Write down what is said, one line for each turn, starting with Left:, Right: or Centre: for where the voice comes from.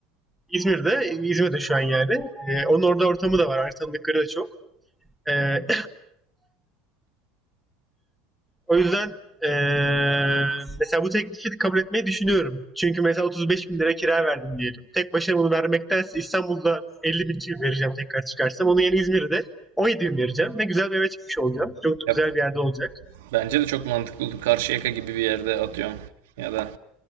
Centre: İzmir'de, İzmir'de şu an yani. Ee, onun orada ortamı da var. Artık tanıdıkları da çok. Ee, O yüzden eee, mesela bu teklifi kabul etmeyi düşünüyorum. Çünkü mesela 35 bin lira kira verdim diyelim. Tek başına bunu vermektense İstanbul'da 50 bin kira vereceğim tekrar çıkarsam. Onun yerine İzmir'de 17 bin vereceğim ve güzel bir eve çıkmış olacağım. Çok da
Right: Yap-
Centre: güzel bir yerde olacak.
Right: Bence de çok mantıklı oldu. Karşıyaka gibi bir yerde atıyorum. Ya da